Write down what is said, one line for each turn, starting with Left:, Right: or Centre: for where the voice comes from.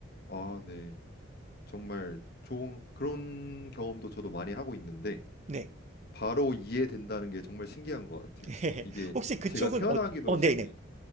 Left: 아, 네. 정말 좋은 그런 경험도 저도 많이 하고 있는데.
Right: 네.
Left: 바로 이해된다는 게 정말 신기한 것 같아요.
Right: <laughs>
Left: 이게
Right: 혹시 그쪽은,
Left: 제가 태어나기도
Right: 어, 어,
Left: 전에
Right: 네네.